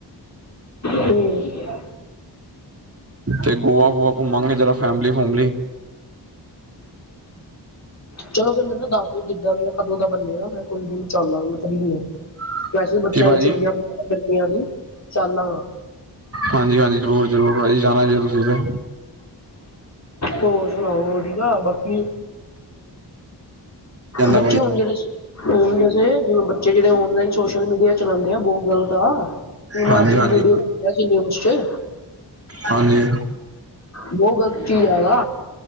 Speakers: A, on the left (about 40°); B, on the right (about 35°).
A: ਠੀਕ ਹੈ।
B: ਤੇ ਗੋਆ ਗੁਆ ਘੁੰਮਾਂਗੇ ਜਰਾ ਫੈਮਲੀ ਫੂਮਲੀ
A: ਚਲੋ ਫਿਰ ਮੈਨੂੰ ਦੱਸ ਦਿਓ ਜਿੱਦਾਂ ਵੀ ਆ ਕਦੋਂ ਦਾ ਬਣਿਆ ਮੈਂ ਕੋਈ ਨੀ ਮੈਂ ਚਲਾ ਗੇ ਤਾਂ ਕੀ ਏ
B: <unintelligible>
A: ਵੈਸੇ ਵੀ ਬੱਚਿਆਂ
B: ਭਾਜੀ
A: ਦੀ ਛੁੱਟੀਆਂ ਬਣਾ ਗਰਮੀਆਂ ਦੀ ਚੱਲਾਂਗਾ
B: ਹਾਂਜੀ ਹਾਂਜੀ ਜ਼ਰੂਰ ਜ਼ਰੂਰ ਭਾਜੀ ਜਾਣਾ ਜੇ ਜਰੂਰੀ ਜੇ
A: ਹੋਰ ਹੋਰ ਨਾ ਬਾਕੀ
B: ਜਾਂਦਾ
A: ਬੱਚੇ
B: ਭਾਜੀ
A: ਹੋਣ ਜਿਹੜੇ ਹੁਣ ਵੈਸੇ ਜਿਵੇਂ ਬੱਚੇ ਜਿਹੜੇ ਔਨਲਾਈਨ ਸੋਸ਼ਲ ਮੀਡੀਆ ਚਲਾਉਂਦੇ ਆ ਬਹੁਤ ਗ਼ਲਤ ਆ ਉਹਨਾਂ
B: ਹਾਂਜੀ
A: ਅੱਜ ਵੀਡੀਓ
B: ਹਾਂਜੀ
A: ਸੀ ਨਿਊਜ਼ ਚ
B: ਹਾਂਜੀ
A: ਬਹੁਤ ਗ਼ਲਤ ਚੀਜ਼ ਹੈਗਾ